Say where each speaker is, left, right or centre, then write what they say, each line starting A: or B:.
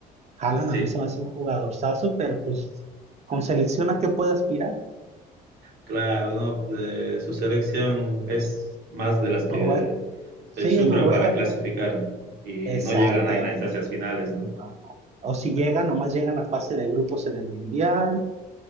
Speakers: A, on the right; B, on the right.
A: Haaland
B: Sí.
A: a mí se me hace un jugadorzazo, pero pues con selecciones que puede aspirar.
B: Claro, no, eh, su selección es más de las que
A: Noruega. Sí,
B: eh, sufren
A: es Noruega,
B: para clasificar
A: creo.
B: y
A: Exactamente.
B: no llegan a, a instancias finales, ¿no?
A: no. O si llegan, nomás llegan a fase de grupos en el Mundial,